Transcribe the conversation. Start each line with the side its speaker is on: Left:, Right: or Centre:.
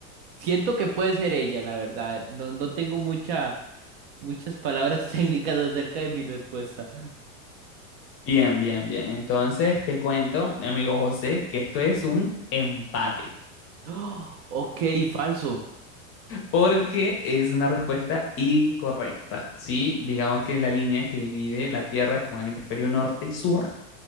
Right: Siento que puede ser ella, la verdad. No, no tengo mucha, muchas palabras <laughs> técnicas acerca de mi respuesta.
Left: Bien, bien, bien. Entonces te cuento, mi amigo José, que esto es un empate.
Right: ¡Oh! ok, falso.
Left: porque es una respuesta incorrecta, ¿sí? Digamos que la línea que divide la Tierra con el hemisferio norte y sur